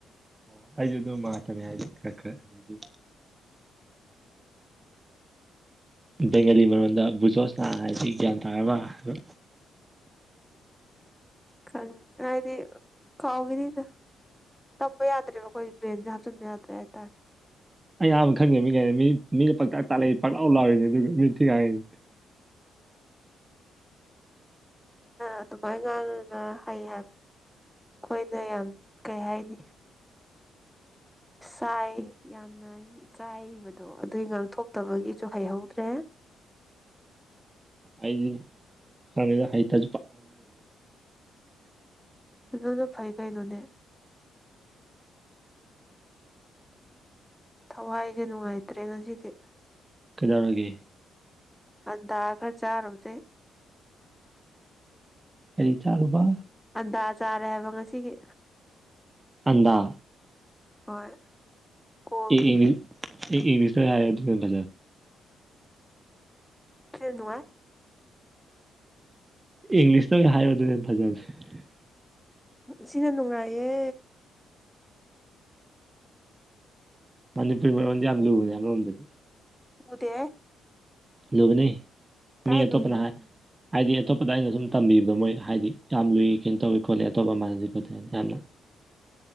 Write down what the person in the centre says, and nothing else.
ꯈ ꯍꯥꯏꯗꯤ ꯀꯥꯎꯒꯗꯗ ꯇꯝꯕ ꯌꯥꯗ꯭ꯔꯕ ꯑꯩꯈꯣꯏ ꯕ꯭ꯔꯦꯟꯁꯦ ꯍꯥꯞꯆꯤꯟꯕ ꯌꯥꯗ꯭ꯔꯦ ꯍꯥꯏꯇꯥꯔꯦ
ꯑꯗꯨꯃꯥꯏꯅ ꯉꯥꯡꯉꯒ ꯍꯩ ꯍꯥꯏꯕꯅꯤ ꯑꯩꯈꯣꯏꯅ ꯌꯥꯝ ꯀꯩ ꯍꯥꯏꯅꯤ ꯆꯥꯏ ꯌꯥꯝꯅ ꯏꯀꯥꯏꯕꯗꯣ ꯑꯗꯨꯏ ꯉꯥꯛꯊꯣꯛꯇꯕꯒꯤꯁꯨ ꯍꯩꯍꯧꯗ꯭ꯔꯦ
ꯑꯗꯨꯅ ꯐꯩ ꯀꯩꯅꯣꯅꯦ ꯊꯋꯥꯏꯁꯦ ꯅꯨꯡꯉꯥꯏꯇ꯭ꯔꯦ ꯉꯁꯤꯗꯤ
ꯑꯟꯗꯥ ꯈꯔ ꯆꯥꯔꯨꯗꯦ
ꯑꯟꯗꯥ ꯆꯥꯔꯦ ꯍꯥꯏꯕ ꯉꯁꯤꯒꯤ
ꯍꯣꯏ ꯀꯣꯜꯒꯤ
ꯀ ꯅꯨꯅꯨꯡꯉ
ꯁꯤꯅ ꯅꯨꯡꯉꯥꯏꯌꯦ
ꯎꯗꯦ
ꯀꯥꯏ
ꯂꯨꯏꯅꯣ